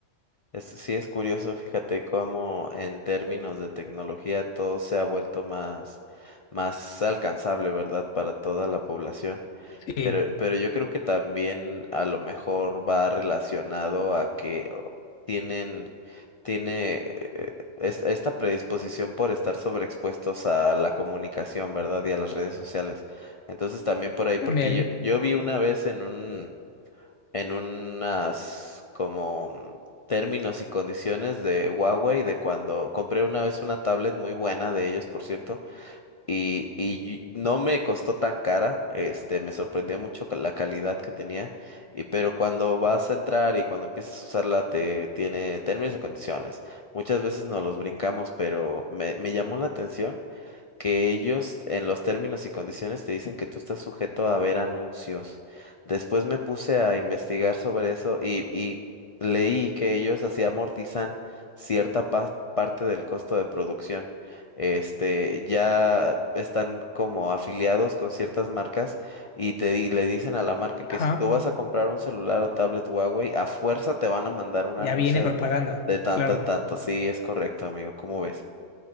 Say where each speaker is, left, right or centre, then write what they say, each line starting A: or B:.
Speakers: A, on the left; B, on the left.
A: Es, sí es curioso, fíjate cómo en términos de tecnología todo se ha vuelto más, más alcanzable, ¿verdad? Para toda la población.
B: Sí,
A: Pero, pero yo creo que también a lo mejor va relacionado a que o, tienen, tiene eh, es- esta predisposición por estar sobreexpuestos a la comunicación, ¿verdad? Y a las redes sociales. Entonces también por ahí, porque
B: también.
A: yo, yo vi una vez en un en unas como mm, términos y condiciones de Huawei de cuando compré una vez una tablet muy buena de ellos, por cierto, y, y no me costó tan cara, este, me sorprendió mucho con la calidad que tenía, y pero cuando vas a entrar y cuando empiezas a usarla te tiene términos y condiciones. Muchas veces nos los brincamos, pero me, me llamó la atención que ellos en los términos y condiciones te dicen que tú estás sujeto a ver anuncios. Después me puse a investigar sobre eso y, y leí que ellos así amortizan cierta pa- parte del costo de producción. Este, ya están como afiliados con ciertas marcas y te di- le dicen a la marca que
B: Ajá,
A: si tú vas a comprar un celular o tablet Huawei, a fuerza te van a mandar un
B: ya
A: anuncio
B: viene propaganda,
A: de tanto
B: claro.
A: en tanto. Sí, es correcto, amigo. ¿Cómo ves?